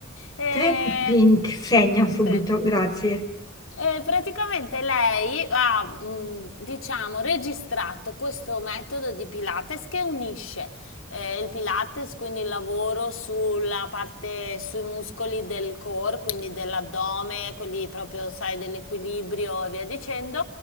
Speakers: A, on the left; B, on the left.
A: Eh,
B: Training Pink, segno subito,
A: sì.
B: grazie.
A: Eh, praticamente lei ha, mh, diciamo, registrato questo metodo di Pilates che unisce eh, il Pilates, quindi il lavoro sulla parte, sui muscoli del core, quindi dell'addome, quelli proprio, sai, dell'equilibrio e via dicendo,